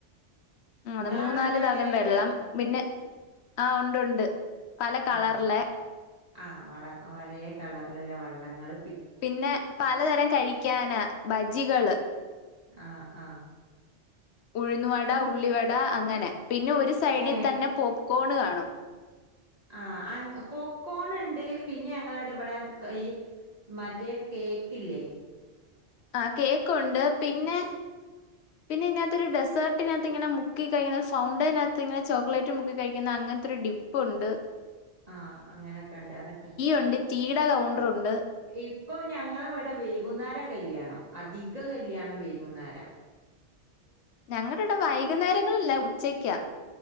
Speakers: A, on the left; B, on the right.
A: മൂന്ന്
B: നിങ്ങളവിടെ
A: മൂന്നാൽ
B: ഉണ്ടോ
A: തരം
B: അങ്ങനെയൊക്കെ
A: വെള്ളം പിന്നെ ആ ഉണ്ട് ഉണ്ട് പല കളർലെ
B: ആ ആ വള ഒരേ കളർൽ ഇല്ലെ വള്ളങ്ങൾ
A: പിന്നെ പലതരം കഴിക്കാന ബജ്ജികള്
B: ആ ആ
A: ഉഴുന്നുവട
B: മു
A: ഉള്ളിവട അങ്ങ് അങ്ങനെ പിന്നെ ഒരു സൈഡി
B: ഏ
A: തന്നെ പൊത് കോണ് കാണും
B: ആ അ പോപ്കോൺ ഇണ്ട് പിന്നെ ഞങ്ങളെട ഇവിടെ ഈ മറ്റേ കേക്ക് ഇല്ലേ
A: ആ കേക്കൊണ്ട് പിന്നെ പിന്നെ ഈനാത്തൊരു ഡെസേർട്ടിനാത്ത് ഇങ്ങനെ മുക്കി കഴിക്കുന്ന സൗണ്ടേനാത്ത് ഇങ്ങനെ ചോക്ലേറ്റ് മുക്കി കഴിക്കുന്ന അങ്ങനത്തെ ഒരു ഡിപ്പുണ്ട്.
B: ആ അങ്ങനെയൊക്കൊ ഇണ്ട് അതൊക്കെ
A: ഉണ്ട് ടീയുടെ കൗണ്ടറുണ്ട്
B: ഇപ്പൊ ഞങ്ങളെ ഇവിടെ വെയ്കുന്നേരാ കല്യാണം. അധിക കല്യാണം വെയ്കുന്നേരാ
A: ഞങ്ങടെ ഈടെ വൈകുന്നേരങ്ങളില്ല ഉച്ച് ഉച്ചയ്ക്കാ